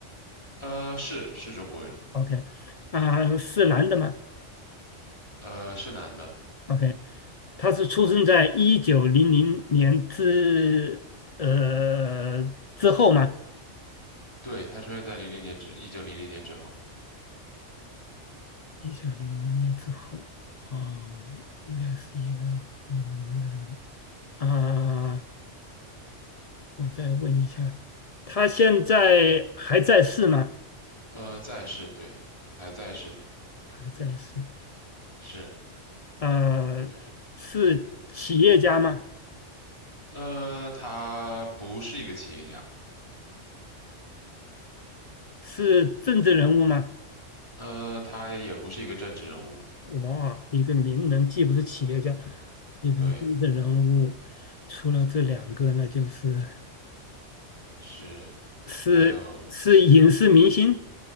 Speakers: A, on the left; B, on the left.
A: 呃，是是中国人，
B: ？OK 啊，是男的吗
A: 呃，是男的，
B: ？OK，他是出生在一九零零年之呃之后吗？
A: 对，他出现在零零年之一九零零年之后，
B: 一九零零年之后，啊，应该是一个很有名的人。啊、我再问一下，他现在还在世吗？
A: 呃，在世，对，还在世的，
B: 还在世。
A: 是，
B: 啊？
A: 对，
B: 是企业家吗？
A: 呃，他不是一个企业家。
B: 是政治人物吗？
A: 呃，他也不是一个政治人物，
B: 哇，一个名人既不是企业家，也不是政治人物，
A: 对，
B: 除了这两个，那就是
A: 是，
B: 是是影视明星。
A: 还有，